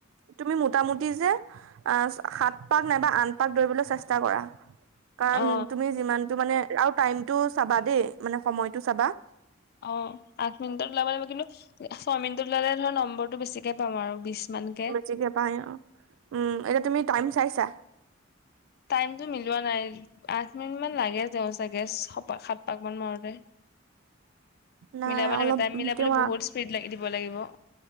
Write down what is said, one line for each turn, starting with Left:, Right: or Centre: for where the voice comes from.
Right: তুমি মোটামুটি যে আ, ছয়, সাত পাক নাইবা আঠ পাক দৌৰিবলৈ চেষ্টা কৰা। কাৰণ
Left: অ
Right: তুমি যিমানটো মানে, আৰু টাইমটো চাবা দেই, মানে সময়টো চাবা।
Left: অ', আঠ মিনিটত ওলাব লাগিব। কিন্তু এ, ছয় মিনটত ওলালে ধৰা নম্বৰটো বেছিকে পাম আৰু বিশ মান কে।
Right: যেতিয়া পায় অ, উম, এতিয়া তুমি টাইম চাইছা?
Left: টাইমটো মিলোৱা নাই। আঠ মিনিট মান লাগে যায় ছাগে ছয়পাক, সাত পাক মান মাৰোতে।
Right: নাই
Left: মিলাব লাগিব,
Right: অলপ
Left: টাইম মিলাবলৈ
Right: তেওঁ
Left: বহুত স্পীড লাগে, দিব লাগিব।